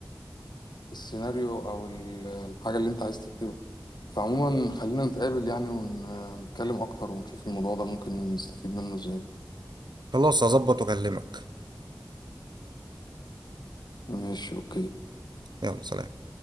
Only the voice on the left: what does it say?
السيناريو او ال- الحاجه اللي انت عايز تكتبها فعموما خلينا نتقابل يعني ونتكلم اكتر ونشوف الموضوع ده ممكن نستفيد منه ازاي
ماشي اوكي